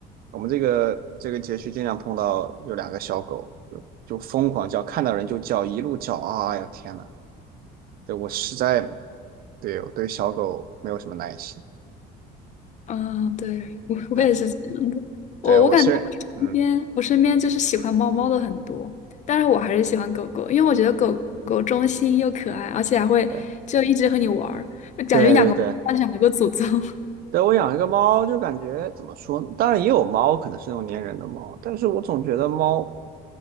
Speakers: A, on the right; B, on the left.
A: 我们这个这个街区经常碰到有两个小狗，就就疯狂叫，看到人就叫，一路叫啊！哎呀天呐，对我实在对我对小狗没有什么耐心。
B: 啊，对，我我也是这样的。
A: 对
B: 我我感觉我身边我身边就是喜欢猫猫的很多，
A: 对，我是嗯，
B: 但是我还是喜欢狗狗，因为我觉得狗狗忠心又可爱，而且还会就一直和你玩儿，
A: 对
B: 就感觉养个猫养了个祖宗。
A: 对对对，
B: <laughs>
A: 对，我养一个猫，就感觉怎么说呢当然也有猫，可能是那种粘人的猫，但是我总觉得猫，